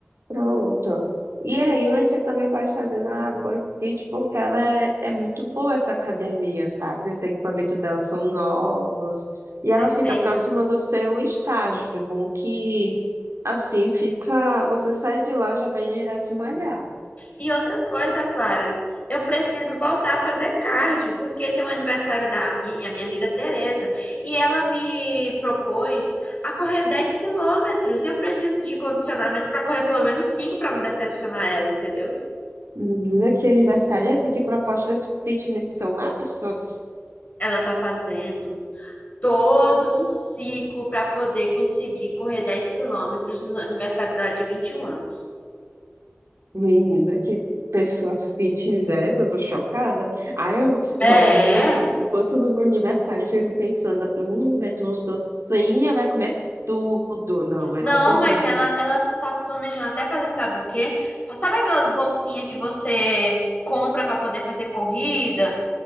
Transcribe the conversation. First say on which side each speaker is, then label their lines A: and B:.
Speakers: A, on the right; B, on the left.
A: pronto. E aí, mas você também vai fazendo a Band Fit porque ela é, é muito boa essa academia, sabe? Os equipamentos dela são novos. E ela
B: Perfeito.
A: fica próxima do seu estágio. Bom que assim fica. Você sai de lá já vai direto malhar.
B: E outra coisa, Clara, eu preciso voltar a fazer cardio, porque tem o aniversário da ami- a minha amiga Tereza, e ela me propôs a correr 10 quilômetros. e Eu preciso de condicionamento para correr pelo menos 5 para não decepcionar ela, entendeu?
A: Menina, que aniversário é esse? Que propostas fitness são essas?
B: Ela tá fazendo todo um ciclo para poder conseguir correr 10 quilômetros no aniversário dela de 21 anos.
A: Menina, que pessoa fitness é essa? Eu tô chocada. Aí eu,
B: É,
A: não, no meu- enquanto no meu aniversário eu fico pensando, hum, vai ter uns docinhos, vai comer tudo. Não, ela
B: Não,
A: pensando,
B: mas ela, ela tá planejando até fazer, sabe o quê? Sabe aquelas bolsinhas que você compra para poder fazer corrida?